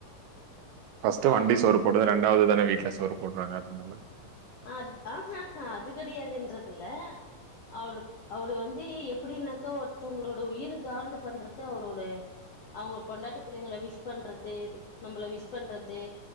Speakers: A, on the right (about 80°); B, on the left (about 55°).
A: ஃபஸ்ட்டு
B: அவருக்கு
A: வண்டி
B: ஒன்னு
A: சோறு போட்டது ரெண் டாவது தானே வீட்ல சோறு போட்றாங்க அத்னால
B: அத் ஹ ஹ ஹாங் அது கடியாதுன்றத்தில்ல அவரு அவரு வந்து எப்டின்னாக்கா ஒருத்தவங்களோட உயிர் காந்து பண்றது அவரோட அவுங்க பொண்டாட்டி புள்ளைங்கள விஷ் பண்றத்து நம்மள விஷ் பண்றது